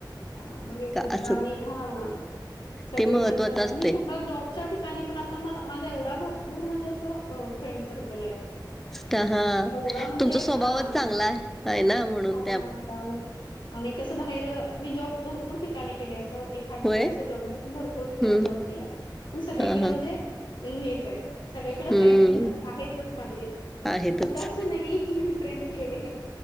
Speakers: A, on the left; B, in the centre.
A: हा मग एकत्र
B: असं.
A: आम्ही हा, हा सगळेजण
B: ते महत्वाचं
A: मला
B: असते.
A: मी कुठलाच जॉब च्या ठिकाणी पण आता मला माझा एवढा भरपूर म्हणजे असं अ फ्रेंड सर्कल आहे.
B: त हा
A: एवढा म्हणजे
B: तुमचा स्वभावच
A: हा
B: चांगला
A: म्हणजे
B: आहे ना म्हणून
A: हा, हा त्यामुळे. आणि कसं बाहेर मी जॉब भरपूर ठिकाणी केले असं एक खा ठिकाणी
B: होय
A: असा <unintelligible> पन भरपूर ठिकाणी
B: हं,
A: जॉब केलाय. पण सगळीकडे
B: हां, हां,
A: म्हणजे हेच आहे, सगळीकडं
B: हम्म
A: फ्रेंड आहेतच माझे.
B: आहेतच.
A: कुठं असं नाहीे की मी फ्रेंड केले नाही,